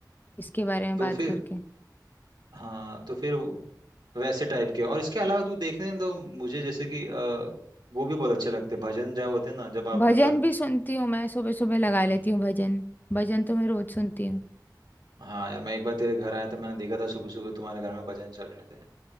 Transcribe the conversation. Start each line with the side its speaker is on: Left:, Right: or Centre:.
Left: इसके बारे में
Right: तो
Left: बात
Right: फिर
Left: करके
Right: हाँ तो फिर वो- वैसे टाइप के और इसके अलावा तू देखने में तो मुझे जैसे कि अ, वो भी बहुत अच्छे लगते हैं भजन जब होते हैं ना जब आप
Left: भजन
Right: मतलब
Left: भी सुनती हूँ मैं सुबह सुबह लगा
Right: हम्म,
Left: लेती हूँ भजन भजन तो मैं रोज सुनती हूँ
Right: हाँ यार मैं एक बार तेरे घर आया था मैंने देखा था सुबह सुबह तुम्हारे घर में भजन चल रहे थे